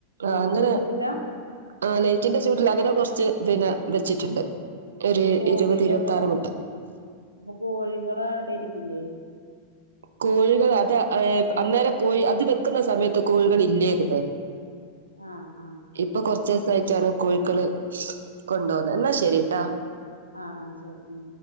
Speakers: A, on the left (about 85°); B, on the right (about 65°).
A: ലൈറ്റിന്റെ
B: ആഹ് അങ്ങനെ
A: ചൂടിലാ
B: ആഹ് ലൈറ്റിന്റെ ചൂട്ലങ്ങനെ കൊറച്ച് പിന്നെ വെച്ചിട്ട്ണ്ട്. ഒരു
A: അപ്പൊ കോഴികള്
B: ഇരുപത് ഇരുപത്തിആറ് മുട്ട.
A: അപ്പൊ കോഴികളട ഇരിക്കില്ലേ?
B: കോഴികൾ അത് ഏ അന്നേരം കോഴി അത് വെക്കുന്ന സമയത്ത് കോഴികളില്ലേര്ന്ന്.
A: ആ ആ
B: ഇപ്പൊ കൊർച്ചീസായിട്ടാണ് കോഴിക്കള് കൊണ്ടോന്ന് ന്നാ ശരിട്ടൊ.
A: ആഹ് ആഹ് ശരി.